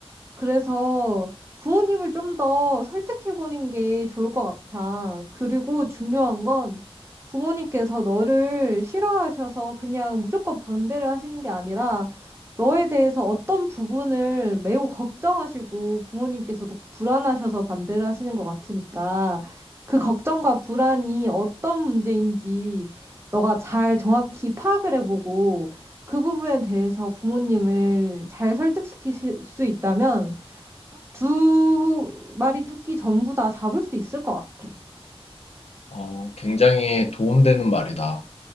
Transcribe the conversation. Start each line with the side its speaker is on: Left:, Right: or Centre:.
Right: 그래서 부모님을 좀 더 설득해보는 게 좋을 것 같아. 그리고 중요한 건 부모님께서 너를 싫어하셔서 그냥 무조건 반대를 하시는 게 아니라 너에 대해서 어떤 부분을 매우 걱정하시고 부모님께서도 불안하셔서 반대를 하시는 것 같으니까 그 걱정과 불안이 어떤 문제인지 너가 잘 정확히 파악을 해보고 그 부분에 대해서 부모님을 잘 설득시킬 수 있다면 두 마리 토끼 전부 다 잡을 수 있을 것 같아.
Left: 어, 굉장히 도움되는 말이다.